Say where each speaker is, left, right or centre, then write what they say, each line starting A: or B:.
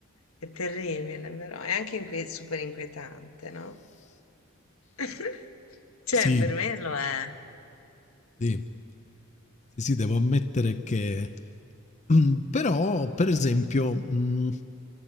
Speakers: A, on the left; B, on the left.
A: È terribile, però è anche inquie- super inquietante, no? <laughs> Cioè,
B: Sì,
A: per me lo è.
B: Sì. Sì, sì, devo ammettere che <clears throat> però per esempio, mhmm,